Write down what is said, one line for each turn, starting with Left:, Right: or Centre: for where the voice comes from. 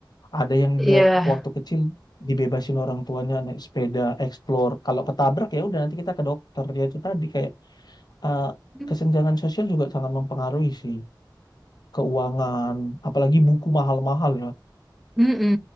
Left: Ada yang
Centre: Iya.
Left: dia waktu kecil dibebasin orang tuanya naik sepeda, explore. Kalau ketabrak ya udah nanti kita ke dokter. Ya itu tadi kayak eh,
Centre: Mm.
Left: kesenjangan sosial juga sangat mempengaruhi sih keuangan, apalagi buku mahal-mahal ya.
Centre: Mm-mm.